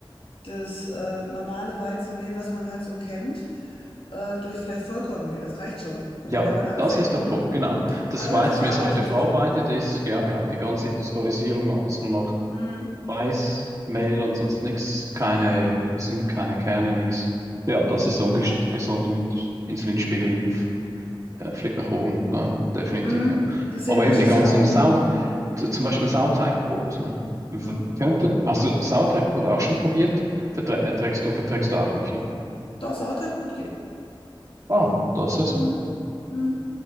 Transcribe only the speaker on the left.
das äh, normale Weizenmehl, was man halt so kennt, äh, durch vielleicht Vollkornmehl. Das reicht schon, wenn
man damit anfängt,
ne?
Hm.
Hat auch
mit der Verarbeitung
zu tun.
Hm,
genau,
genau.
Hm,
deswegen,
der
schießt
dann nach oben.
Hm,
hm.
Doch, Sauerteigbrot geht.
Hm, hm.